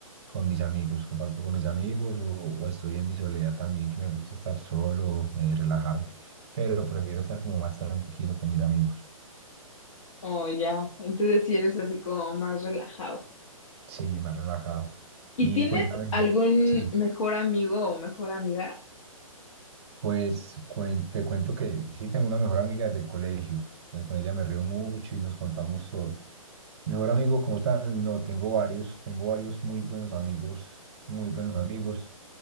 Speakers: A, on the right; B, on the left.
A: con mis amigos, comparto con mis amigos o, o estoy en mi soledad también, que me gusta estar solo, eh, relajarme. Pero prefiero estar como más tranquilo con mis amigos.
B: Oh, ya. Entonces sí eres así como más relajado.
A: Sí, más relajado.
B: ¿Y
A: Y
B: tienes
A: cuéntame,
B: algún
A: sí.
B: mejor amigo o mejor amiga?
A: Pues cuen- te cuento que sí tengo una mejor amiga del colegio. Entonces, con ella me río mucho y nos contamos todo. Mejor amigo como tal, no, tengo varios, tengo varios muy buenos amigos, muy buenos amigos